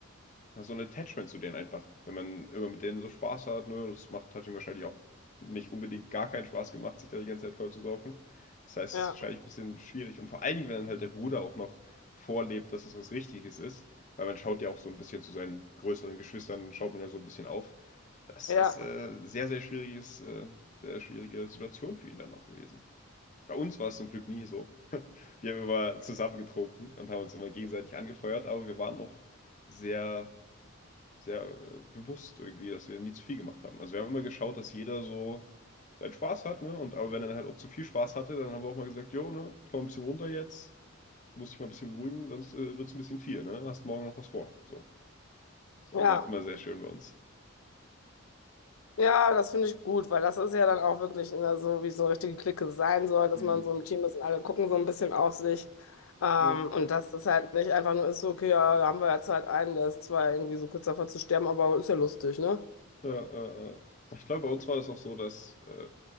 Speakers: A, on the left; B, on the left.
A: ja, so ein Attachment zu denen einfach. Wenn man immer mit denen so Spaß hat, ne, das macht, hat ihm wahrscheinlich auch nicht unbedingt gar keinen Spaß gemacht, sich da die ganze Zeit voll zu saufen. Das heißt,
B: Ja,
A: es ist wahrscheinlich ein bisschen schwierig. Und vor allen Dingen, wenn dann halt der Bruder auch noch vorlebt, dass das was Richtiges ist, weil man schaut ja auch so ein bisschen zu seinen größeren Geschwistern, schaut man ja so ein bisschen auf. Das
B: ja,
A: ist äh, sehr, sehr schwieriges, äh, sehr schwierige Situation für ihn dann auch gewesen. Bei uns war es zum Glück nie so. Wir haben immer zusammen getrunken und haben uns immer gegenseitig angefeuert, aber wir waren noch sehr sehr äh, bewusst irgendwie, dass wir nie zu viel gemacht haben. Also wir haben immer geschaut, dass jeder so seinen Spaß hat, ne? Und aber wenn er dann halt auch zu viel Spaß hatte, dann haben wir auch mal gesagt, jo, ne, komm ein bisschen runter jetzt, muss dich mal ein bisschen beruhigen, sonst äh, wird es ein bisschen viel, ne? Hast morgen noch was vor. So. Das ist
B: ja.
A: immer,
B: ja.
A: immer sehr schön bei uns.
B: Ja, das finde ich gut, weil das ist ja dann auch wirklich ne, so, wie so eine richtige Clique sein soll, dass
A: Hm.
B: man so im Team ist und alle gucken so ein bisschen auf sich. Ähm,
A: Ja.
B: und dass das halt nicht einfach nur ist, so, okay, ja, da haben wir jetzt halt einen, der ist zwar irgendwie so kurz davor zu sterben, aber ist ja lustig, ne?
A: Ja, äh, äh. ich glaube, bei uns war das auch so, dass, äh,